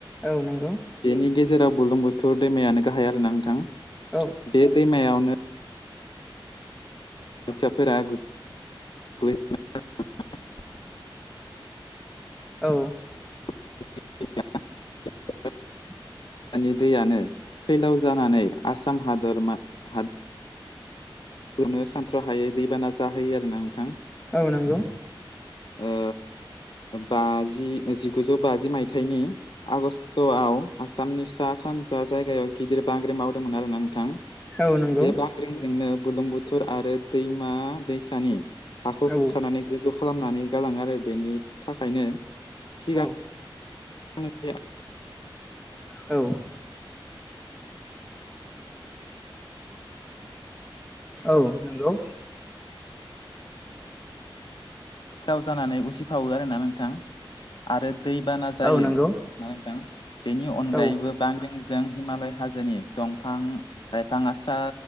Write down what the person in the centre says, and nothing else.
औ नंगौ।
औ
औ
<inaudible>
औ नंगौ
औ नंगौ
औ
औ
औ औ नंगौ।
औ नंगौ
औ औ